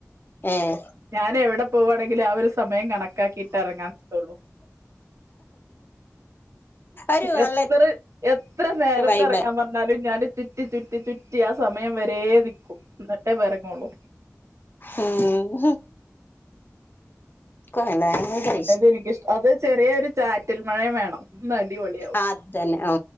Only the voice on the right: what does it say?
ഞാൻ എവിടെ പോവാണെങ്കിൽ ആ ഒരു സമയം കണക്കാക്കി ഇറങ്ങാൻ ത്തോളൂ
എത്ര എത്ര നേരത്തെ
ഇറങ്ങാൻ പറഞ്ഞാലും ഞാൻ ചുറ്റി ചുറ്റി ചു പറ്റി ആ സമയം വരേ നിക്കും ക് ഇന്നിട്ടേ വിറങ്ങുള്ളൂ
അതെനിക്കിഷ് അത് ചെറിയൊരു ചാറ്റിൽ മഴയും വേണം നടിപൊളി.